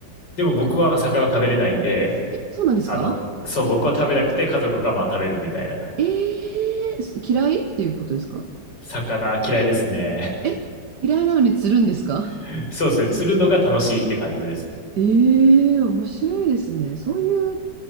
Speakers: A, on the left; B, on the right.
A: でも僕は魚食べれないんで、
B: ええ、そうなんですか
A: あの、そう、僕は食べなくて家族がまあ食べるみたいな。
B: ええ嫌いっていうことですか
A: 魚嫌いですね。
B: え、嫌いなのに釣るんですか
A: <laughs> そうですね。釣るのが楽しいって感じです。
B: ええー面白いですね。そういう